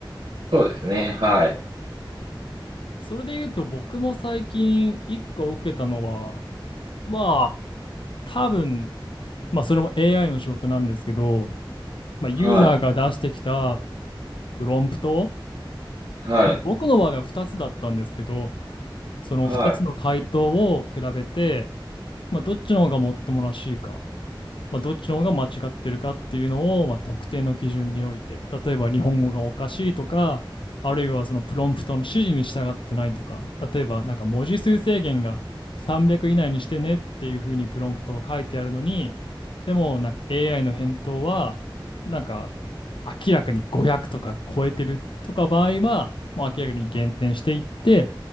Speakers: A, on the right; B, on the left.
A: そうですね、はい、
B: それで言うと僕も最近一個受けたのは、まあ多分、まあそれも AI の仕事なんですけど、まあユーザーが出してきた
A: はい、
B: プロンプト
A: はい、
B: まあ、僕の場合は2つだったんですけど、その2つの回答を比べて、
A: はい。
B: まあ、どっちの方がもっともらしいか、まあ、どっちの方が間違ってるかっていうのを、まあ、特定の基準において、例えば日本語がおかしいとか、あるいはそのプロンプトの指示に従ってないとか、例えばなんか文字数制限が300以内にしてねっていうふうにプロンプトは書いてあるのに、でもなんか AI の返答はなんか明らかに500とか超えてるとか場合は、もう明らかに減点していって、